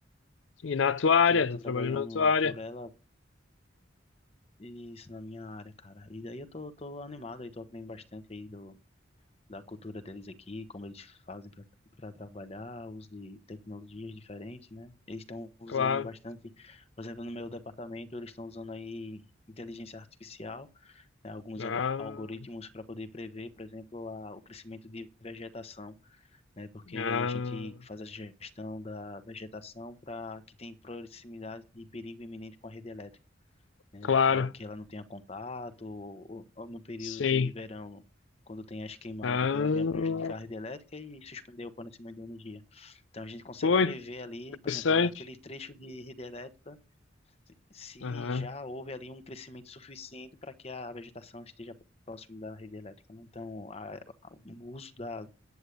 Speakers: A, on the left; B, on the left.
A: E na tua área,
B: tô, tô
A: tá trabalhando
B: trabalhando
A: na tua área,
B: por ela, e isso na minha área, cara. E daí eu tô, tô animado aí tô aprendendo bastante aí do, da cultura deles aqui, como eles fazem para trabalhar, uso de tecnologias diferentes, né? Eles estão usando
A: claro.
B: bastante, por exemplo, no meu departamento, eles estão usando aí inteligência artificial né, alguns
A: Ah,
B: alg- algoritmos para poder prever, por exemplo, a, o crescimento de vegetação, né, porque
A: ah,
B: daí a gente faz a gestão da vegetação para que tenha proximidade de perigo iminente com a rede elétrica, né,
A: claro,
B: para que ela não tenha contato, ou, ou no período
A: sim.
B: de verão, quando tem as queimadas,
A: Ah,
B: não venha prejudicar a rede elétrica e suspender o fornecimento de energia. Então a gente consegue
A: pô,
B: prever ali,
A: interessante.
B: por exemplo, naquele trecho de rede elétrica, se
A: Aham.
B: já houve ali um crescimento suficiente para que a vegetação esteja próximo da rede elétrica, né? Então, a- a- o uso da,